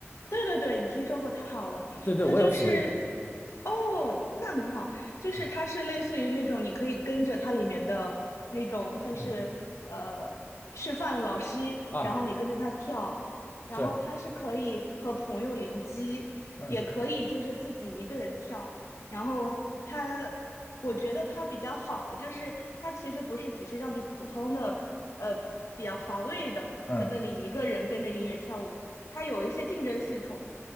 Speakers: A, on the left (about 80°); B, on the left (about 45°).
A: 对对对，你听说过，太好了。
B: 对对，
A: 它就是，
B: 我有 Switch。
A: 哦，那很好，就是它是类似于那种你可以跟着它里面的那种，
B: 嗯
A: 像是呃示范老师，
B: 嗯啊，
A: 然后你跟着他跳，然后它是可以和朋友联机，
B: 是嗯
A: 也可以就是自己一个人跳。然后它，我觉得它比较好的就是它其实不是只是让你普通的呃比较乏味的在那里一个人跟着音乐跳舞，
B: 嗯
A: 它有一些竞争系统，